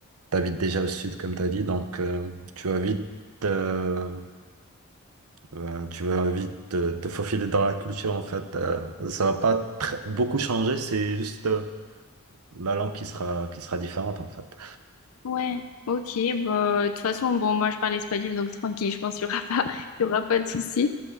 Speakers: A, on the right; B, on the left.
A: t'habites déjà au sud, comme t'as dit, donc euh, tu vas vite, euh, euh, tu vas vite euh, te faufiler dans la culture, en fait. Euh, ça va pas tr- beaucoup changer, c'est juste euh, la langue qui sera, qui sera différente, en fait.
B: Ouais, ok, bah, de toute façon, bon, moi je parle espagnol, donc tranquille, je pense qu'il n'y aura pas, <laughs> il y aura pas de souci.